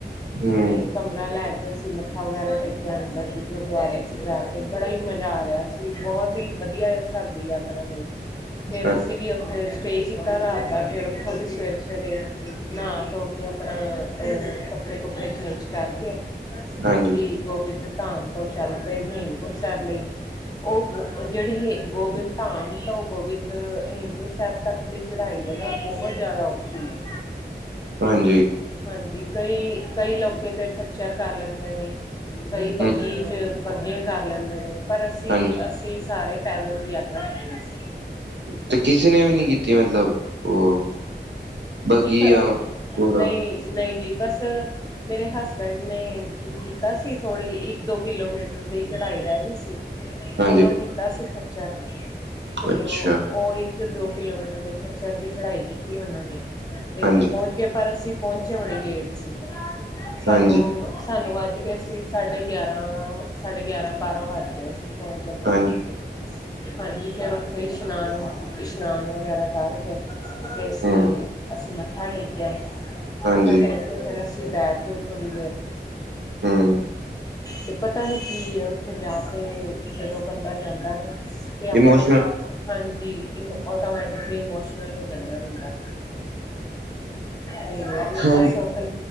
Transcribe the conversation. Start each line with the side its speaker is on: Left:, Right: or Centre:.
Right: ਹਮ
Left: ਤੇ ਕਮਰਾ ਲੈ ਕੇ ਅਸੀ ਮੱਥਾ ਵਗੈਰਾ ਟੇਕਿਆ, ਅੰਦਰ ਗੁਰਦੁਆਰੇ ਚ ਜਾ ਕੇ ਬੜਾ ਹੀ ਮਜ਼ਾ ਆ ਰਿਹਾ ਸੀ, ਬਹੁਤ ਹੀ ਵਧੀਆ ਸਾਡੀ ਯਾਤਰਾ ਰਈ ਫੇਰ
Right: ਅ
Left: ਅਸੀ ਵੀ ਉੱਥੇ ਸਟੇ ਕੀਤਾ, ਰਾਤ ਦਾ ਫੇਰ ਉੱਥੋਂ ਵੀ ਸਵੇਰੇ ਸਵੇਰੇ ਨਹਾ ਧੋ ਕੇ ਕਿ ਆਪਣਾ ਅ ਕੱਪੜੇ ਕੁਪੜੇ ਚੇਂਜ ਕਰਕੇ ਤੇ
Right: ਹਾਂਜੀ,
Left: ਅਸੀਂ ਗੋਬਿੰਦ ਧਾਮ ਤੋਂ ਚੱਲ ਪਏ ਹੇਮਕੁੰਟ ਸਾਹਿਬ ਲਈ ਉਹ ਜਿਹੜੀ ਗੋਬਿੰਦ ਧਾਮ ਤਾਂ ਉਹ ਗੋਬਿੰਦ ਹੇਮ ਕੁਟਂ ਸਾਹਿਬ ਤੱਕ ਦੀ ਚੜ੍ਹਾਈ ਹੈ ਨਾ ਬਹੁਤ ਜ਼ਿਆਦਾ ਔਖੀ ਹੈ
Right: ਹਾਂਜੀ
Left: ਹਾਂਜੀ ਕਈ-ਕਈ ਲੋਕ ਤੇ ਖੱਚਰ ਕਰ ਲੈਂਦੇ ਨੇ ਕਈ ਬੱਗੀ
Right: ਹੂੰ,
Left: ਚ ਬੱਗੀਆਂ ਕਰ ਲੈਂਦੇ ਨੇ ਪਰ ਅਸੀਂ-ਅਸੀਂ
Right: ਹਾਂਜੀ
Left: ਸਾਰੇ ਪੈਦਲ ਦੀ ਯਾਤਰਾ ਕੀਤੀ ਸੀ
Right: ਤੇ ਕਿਸੇ ਨੇ ਵੀ ਨੀ ਕੀਤੀ ਮਤਲਬ ਉਹ ਬੱਗੀ
Left: ਜੀ
Right: ਜਾਂ ਘੋੜਾ
Left: ਨਹੀਂ ਨਹੀਂ ਜੀ ਬਸ ਮੇਰੇ ਹਸਬੈਂਡ ਨੇ ਕੀਤਾ ਸੀ ਥੋੜ੍ਹੀ ਇੱਕ ਦੋ ਕਿਲੋਮੀਟਰ ਦੀ ਚੜ੍ਹਾਈ ਰਹਿ ਗਈ ਸੀ
Right: ਹਾਂਜੀ,
Left: ਉਦੋਂ ਕੀਤਾ ਸੀ ਖੱਚਰ ਤੇ
Right: ਅੱਛਾ
Left: ਉਹ ਇੱਕ ਤੇ ਦੋ ਕਿਲੋਮੀਟਰ ਦੇ ਖੱਚਰ ਦੀ ਚੜਾਈ ਕੀਤੀ ਉਹਨਾਂ ਨੇ ਤੇ ਉੱਥੇ
Right: ਹਾਂਜੀ,
Left: ਪਹੁੰਚ ਗਏ ਪਰ ਅਸੀਂ ਪਹੁੰਚੇ ਬੜੇ ਲੇਟ ਸੀ ਸਾਨੂੰ
Right: ਹਾਂਜੀ,
Left: ਸਾਨੂੰ ਵਜ ਗੇ ਸੀ ਸਾਢੇ ਗਿਆਰਾਂ ਗਿਆਾਂ ਸਾਡੇ ਗਿਆਰਾਂ ਬਾਰਾਂ ਵੱਜ ਗੇ ਸੀਂ ਪਹੁੰਚਦੇ ਪਹੁੰਚਦੇ
Right: ਹਾਂਜੀ
Left: ਹਾਂਜੀ ਫਿਰ ਉੱਥੇ ਹੀ ਇਸ਼ਨਾਨ-ਇਸ਼ਨਾਨ ਵਗੈਰਾ ਕਰਕੇ ਤੇ ਅਸੀਂ
Right: ਹੂੰ,
Left: ਅਸੀਂ ਮੱਥਾ ਟੇਕਿਆ
Right: ਹਾਂਜੀ,
Left: ਮੱਥਾ ਟੇਕ ਕੇ ਫੇਿਰ ਅਸੀਂ ਬੈਠ ਗਏ ਥੋੜ੍ਹੀ ਦੇਰ
Right: ਹਮ
Left: ਤੇ ਪਤਾ ਨੀ ਕੀ ਹੈ ਉੱਥੇ ਜਾ ਕੇ ਜਦੋਂ ਬੰਦਾ ਜਾਂਦਾ ਨਾ ਤੇ ਆਪਣੇ
Right: ਇਮੋਸ਼ਨਲ
Left: ਆਪ ਹਾਂਜੀ ਔਟੋਮੈਟਿਕਲੀ ਇਮੋਸ਼ਨਲ ਹੋ ਜਾਂਦਾ ਬੰਦਾ ਤੇ
Right: ਹਾਂ
Left: ਬਸ ਉਥੇ